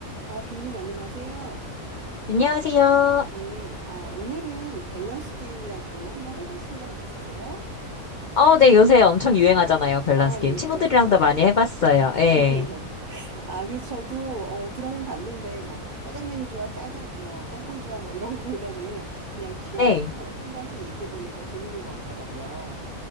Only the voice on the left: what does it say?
안녕하세요.
어, 네, 요새 엄청 유행하잖아요, 밸런스
게임.
친구들이랑도
많이 해봤어요. 예.
네.